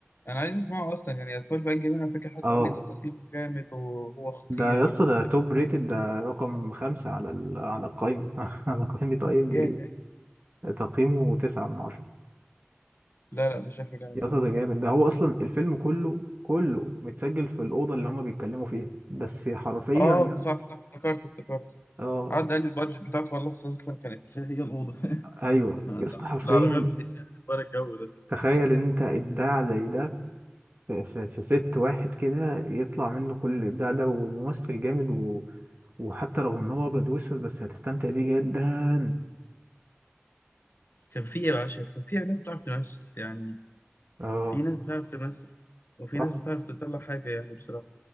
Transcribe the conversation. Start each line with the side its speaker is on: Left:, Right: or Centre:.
Left: انا عايز اسمعه اصلا يعني 12 انجري مان، انا فاكر حد
Right: اه
Left: قال لي ده تقييمه جامد وهو خطير
Right: ده يا
Left: والفيلم
Right: اسطى ده توب ريتد ده رقم خمسة على ال... على القايمة <laughs> على قائمة اي ام دي
Left: ياه
Right: بي تقييمه تسعة من عشرة
Left: لا لا ده شكله جامد
Right: يا
Left: فعلا
Right: اسطى ده جامد ده هو اصلا الفيلم كله كله متسجل في الاوضه اللي هما بيتكلموا فيها بس حرفيا
Left: اه
Right: يا اسطى-
Left: صح صح افتكرته افتكرته
Right: اه
Left: قعد قال لي البادجت بتاعته خلاص اصلا كانت شايف كام اوضه <laughs>
Right: ايوه يا اسطى حرفيا
Left: العربيات بتتشقلب ورا الجو ده
Right: تخيل ان انت ابداع زي ده في, في, في ست واحد كده يطلع منه كل الابداع ده وممثل جامد و... وحتى رغم ان هو ابيض واسود بس هتستمتع بيه جدا
Left: كان في إيه يا باشا كان في ناس بتعرف تمثل يعني
Right: اه
Left: في ناس بتعرف تمثل وفي
Right: صح
Left: ناس بتعرف تطلع حاجة يعني بصراحة